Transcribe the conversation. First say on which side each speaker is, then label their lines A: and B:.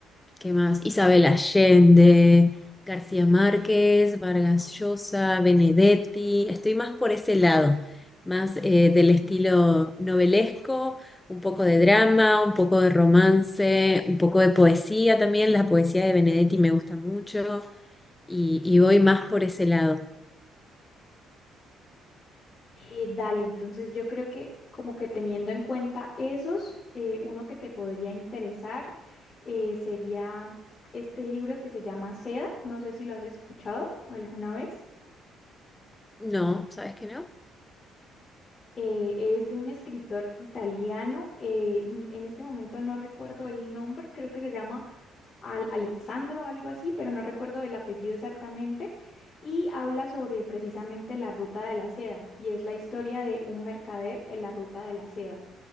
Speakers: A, on the left (about 20°); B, on the left (about 40°).
A: ¿Qué más? Isabel Allende, García Márquez, Vargas Llosa, Benedetti. Estoy más por ese lado, más eh, del estilo novelesco, un poco de drama, un poco de romance, un poco de poesía también. La poesía de Benedetti me gusta mucho y, y voy más por ese lado.
B: Eh, dale, entonces yo creo que como que teniendo en cuenta esos, eh, uno que te podría interesar eh, sería este libro que se llama Seda, no sé si lo has escuchado alguna vez.
A: No, ¿sabes qué no?
B: Eh, es de un escritor italiano, eh, mm, en este momento no recuerdo el nombre, creo que se llama Al Alessandro o algo así, pero no recuerdo el apellido exactamente, y habla sobre precisamente la ruta de la seda, y es la historia de un mercader en la ruta de la seda.